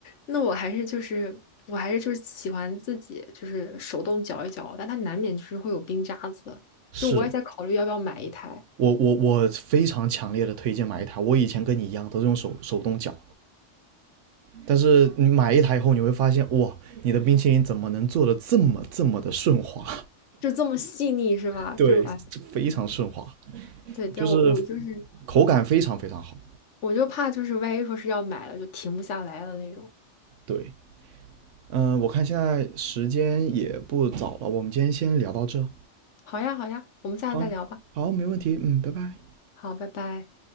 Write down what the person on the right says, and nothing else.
是。
我我我非常强烈的推荐买一台。我以前跟你一样都是用手手动搅，但是你买一台以后，你会发现哇，你的冰淇淋怎么能做的这么这么的顺滑？
<laughs> 对，
非常顺滑。
就是口感非常非常好。
对，嗯、呃我看现在时间也不早了，我们今天先聊到这。
好，好，没问题。嗯，拜拜。